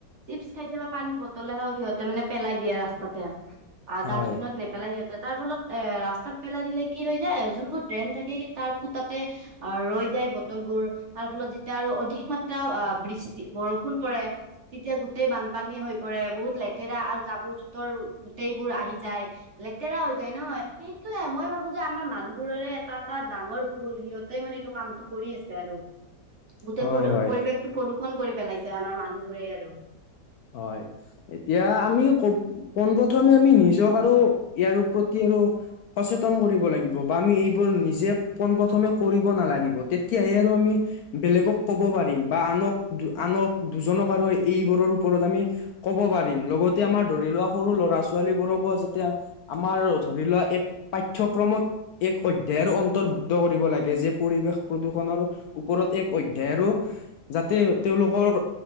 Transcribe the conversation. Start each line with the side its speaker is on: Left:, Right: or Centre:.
Right: চিপছ খাইছে বা পানীৰ বটলে হওক সিহত তে মানে পেলাই দিয়ে ৰাস্তাতে, আ
Left: হয়
Right: ডাষ্টবিনত নেপেলাই সিহঁতে তাৰ ফলত এ ৰাস্তাত পেলাই দিলে কি হৈ যায় যোনবোৰ ড্ৰেন থাকে তাৰ ফুতাতে আহ ৰৈ যায় বটলবোৰ তাৰ ফলত যেতিয়া আৰু অধিক মাত্ৰা আ বৃষ্টি বৰষুণ পৰে। তেতিয়া গোটেই বানপানী হৈ পৰে, বহুত লেতেৰা আৰু জাবৰ - জোথৰ গোটেইবোৰ আহি যায়। লেতেৰা হৈ যায় নহয়, সেইটোয়ে মই ভাবো তে আমাৰ মানুহবোৰৰে এটা এটা ডাঙৰ ভুল সিহঁতে মানে এইটো কামটো কৰি আছে আৰু। গোটেই
Left: হয়
Right: প্ৰদু
Left: হয়
Right: পৰিৱেশটো প্ৰদূ্ষণ কৰি পেলাইছে আমাৰ মানুহবোৰে আৰু।
Left: হয়। এতিয়া আমি ক পোন প্ৰথমে আমি নিজক আৰু ইয়াৰ প্ৰতি আৰু সচেতন কৰিব লাগিব বা আমি এইবোৰ নিজে পোন প্ৰথমে কৰিব নালাগিব তেতিয়াহে আৰু আমি বেলেগক ক'ব পাৰিম বা আনক দু আনক দুজনক আৰু এইবোৰৰ ওপৰত আমি ক'ব পাৰিম লগতে আমাৰ ধৰি লোৱা সৰু ল'ৰা - ছোৱালীবোৰকো যাতে আমাৰ ধৰি লোৱা এক পাঠ্যক্ৰমত এক অধ্যায়ৰ অন্তৰ্ভুক্ত কৰিব লাগে যে পৰিৱেশ প্ৰদূষণৰ ওপৰত এক অধ্যায় আৰু যাতে তেওঁলোকৰ